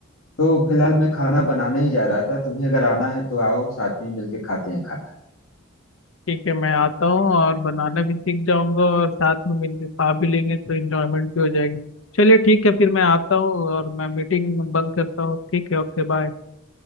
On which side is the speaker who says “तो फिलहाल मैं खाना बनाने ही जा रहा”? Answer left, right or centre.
Left